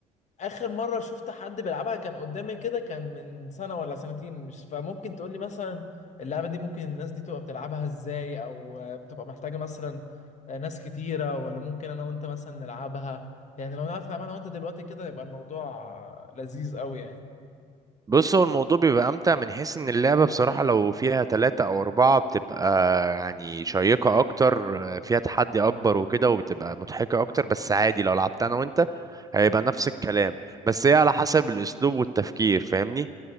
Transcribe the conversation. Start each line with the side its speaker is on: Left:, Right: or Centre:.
Left: اخر مره شفت حد بيلعبها كان قدامي كده كان من سنه ولا سنتين مش فممكن تقول لي مثلا اللعبه دي ممكن الناس دي تبقى بتلعبها ازاي او آه، بتبقى محتاجه مثلا آه، ناس كتيره ولا ممكن انا وانت مثلا نلعبها يعني لو نعرف نلعبها انا وانت دلوقتي كده يبقى الموضوع آه، لذيذ قوي يعني
Right: بص هو الموضوع بيبقى امتع من حيث ان اللعبه بصراحه لو فيها ثلاثة او اربعة بتبقى يعني شيقه اكتر فيها تحدي اكبر وكده وبتبقى مضحكه اكتر بس عادي لو لعبت انا وانت هيبقى نفس الكلام بس هي على حسب الاسلوب والتفكير فاهمني